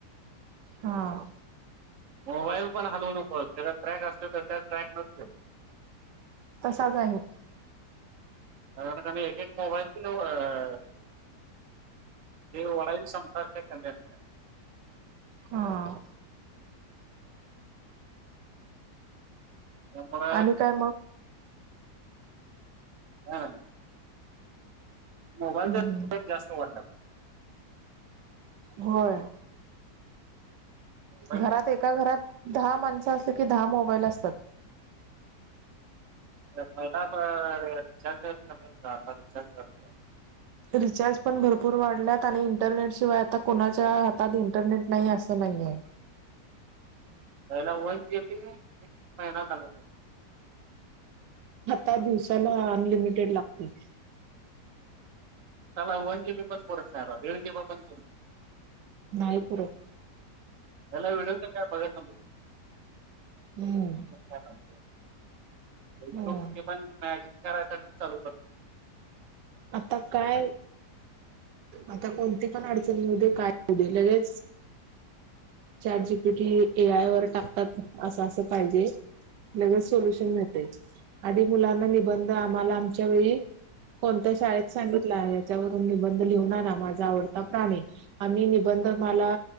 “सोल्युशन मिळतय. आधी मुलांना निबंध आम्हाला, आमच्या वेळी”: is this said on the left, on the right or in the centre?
Right